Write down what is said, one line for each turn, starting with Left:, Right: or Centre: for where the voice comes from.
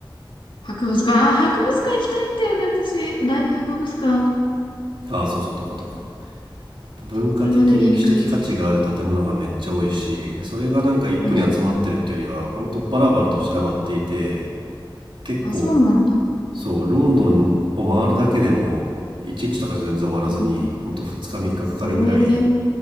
Left: 博物館。あー、博物館行きたいんだよね、私。大博物館。
Right: ああそうそうとかとか文化的歴史的価値がある建物がめっちゃ多いしでそれがなんか一個に集まってるっていうよりは本当バラバラと散らばっていて
Left: いるまでに一回は行きたい。うん。
Right: 結構
Left: あ、そうなんだ。
Right: そうロンドンを回るだけでも1日とかじゃ全然終わらずに本当2日3日かかかるぐらい
Left: うん。へえ。